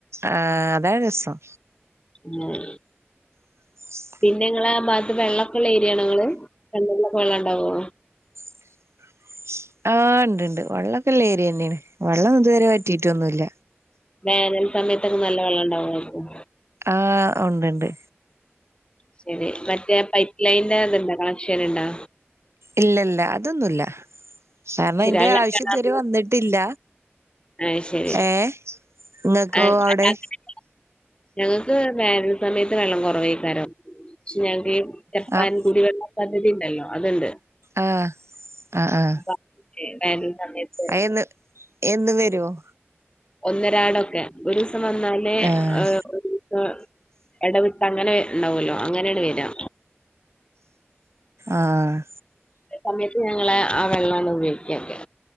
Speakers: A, on the right (about 80°); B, on the left (about 25°).
A: ആ അതാ രസം.
B: <unintelligible>
A: <unintelligible>
B: പിന്നെങ്ങളാ ഭാഗത്ത് വെന്നള്ളൊക്കള്ള ഏരിയാണോ ങ്ങള് കെണർലൊക്ക വെള്ള ണ്ടാവോ?
A: <unintelligible> ആ ണ്ട് ണ്ട് വള്ളൊക്കെള്ള ഏര്യന്നെണ് വെള്ളൊന്നും ഇതുവരെ വറ്റീറ്റൊന്നുല്ല.
B: വേനൽ സമയത്തൊക്കെ നല്ല വെള്ളയുണ്ടാവുമായിരിക്കും.
A: ആഹ് ഉണ്ട്ണ്ട്.
B: ശരി മറ്റേ പൈപ്പ് ലൈന്റെ ഇതുണ്ടോ കണക്ഷൻ ഇണ്ടാ.
A: ഇല്ല ഇല്ല അതൊന്നുല്ല, കാരണം
B: ശരി
A: ഇതിന്റെ
B: അല്ല
A: ആവശ്യം
B: കിണറില്
A: ഇതുവരെ വന്നിട്ടില്ല.
B: ആഹ് ശരി
A: ഏഹ് നിങ്ങക്കേ
B: ആ, അല്ല,
A: അവിടെ.
B: അങ്ങനെ ഞങ്ങൾക്ക് വേനൽ സമയത്ത് വെള്ളം കുറവേക്കാരം പക്ഷെ ഞങ്ങക്ക്. ചെപ്പാൻ
A: ആഹ്
B: കുടിവെള്ള പദ്ധതി ഉണ്ടല്ലോ അതുണ്ട്.
A: ആഹ് ആഹ് ആഹ്
B: അപ്പൊ അതില് വേനൽ സമയത്ത്
A: അയിന് എന്ന് വരും.
B: ഒന്നരാടം ഒക്കെ ഒരു ദിവസം വന്നാല്
A: ആഹ്
B: ഏഹ് ഒരുദിവസം. ഇടവിട്ട് അങ്ങനെ ഉണ്ടാവല്ലോ അങ്ങനെയാണ് വരാ.
A: ആഹ്
B: സമയത്ത് ഞങ്ങള് ആ വെള്ളമാണ് ഉപയോഗിക്കുക.